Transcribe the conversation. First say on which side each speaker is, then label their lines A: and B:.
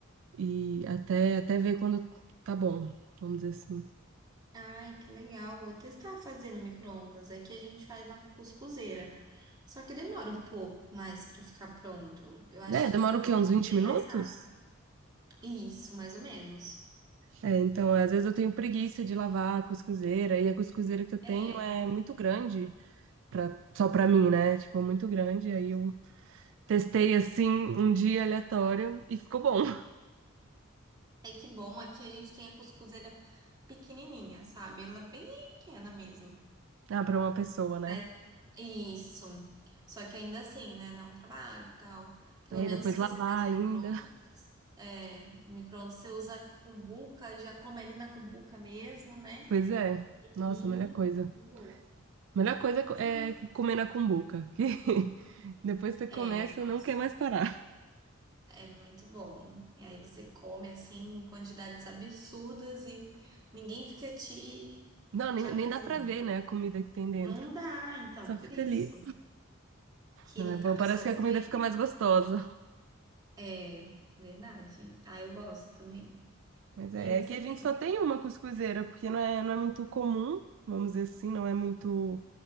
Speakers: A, on the right; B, on the right.
A: e até, até ver quando tá bom, vamos dizer assim.
B: Ai, que legal. Vou testar fazendo micro-ondas. Aqui a gente faz na cuscuzeira. Só que demora um pouco mais pra ficar pronto. Eu acho
A: É, demora
B: que o micro-ondas
A: o quê? Uns 20
B: seria
A: minutos?
B: mais rápido. Isso, mais ou menos.
A: É, então, às vezes eu tenho preguiça de lavar a cuscuzeira, e a cuscuzeira que eu tenho
B: É.
A: é muito grande, pra, só pra mim, né? Tipo, muito grande, aí eu testei assim um dia aleatório e ficou bom. <laughs>
B: É que bom, aqui a gente tem a cuscuzeira pequenininha, sabe? Ela é bem pequena mesmo.
A: Ah, pra uma pessoa, né?
B: Mas Isso. Só que ainda assim, né? Dá um trabalho, e tal. Pelo
A: Aí
B: menos
A: depois
B: se
A: lavar
B: você faz o
A: ainda.
B: micro-ondas,
A: <laughs>
B: é, o micro-ondas você usa a cumbuca, já come ali na cumbuca mesmo, né?
A: Pois é.
B: E
A: Nossa, a melhor coisa.
B: de boa.
A: A melhor coisa é co-
B: E
A: é
B: você-
A: comer na cumbuca, que <laughs> depois você começa
B: é,
A: e
B: nossa,
A: não quer mais parar.
B: é muito bom. E aí você come assim em quantidades absurdas e ninguém fica te
A: Não, nem,
B: te acusando.
A: nem dá pra ver, né, a comida que tem dentro.
B: Não dá, então,
A: Só
B: por
A: fica
B: isso
A: ali.
B: que
A: Não, é bom,
B: a pessoa
A: parece que
B: não
A: a comida
B: vem.
A: fica
B: então.
A: mais gostosa.
B: É verdade. Ah, eu gosto também.
A: Mas
B: E
A: é,
B: você
A: é que a
B: tem.
A: gente só tem uma cuscuzeira, porque não é, não é muito comum, vamos dizer assim, não é muito...